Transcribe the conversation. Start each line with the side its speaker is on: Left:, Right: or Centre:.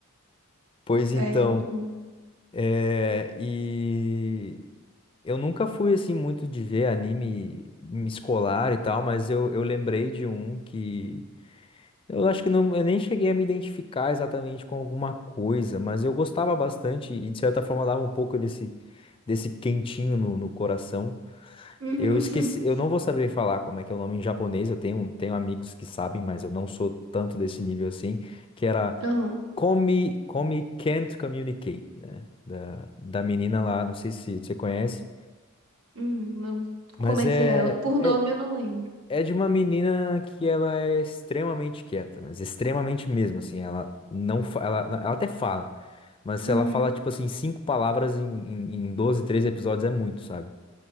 Left: Pois
Right: É,
Left: então,
Right: muito bom.
Left: é, e eu nunca fui assim muito de ver anime escolar e tal, mas eu, eu lembrei de um que. Eu acho que não, eu nem cheguei a me identificar exatamente com alguma coisa, mas eu gostava bastante e de certa forma dava um pouco desse, desse quentinho no, no coração.
Right: Uhum.
Left: Eu esqueci,
Right: <laughs>
Left: eu não vou saber falar como é que é o nome em japonês, eu tenho, tenho amigos que sabem, mas eu não sou tanto desse nível assim, que era
Right: Aham.
Left: Come, Come Can't Communicate, né? Da, da menina lá, não sei se você conhece,
Right: Hum, não.
Left: mas
Right: Como é
Left: é,
Right: que é? Por
Left: é
Right: nome eu não lembro.
Left: É de uma menina que ela é extremamente quieta, mas extremamente mesmo, assim, ela não, fa- ela, ela até fala, mas
Right: Uhum.
Left: ela fala, tipo assim, cinco palavras em, em, em 12, 13 episódios é muito, sabe?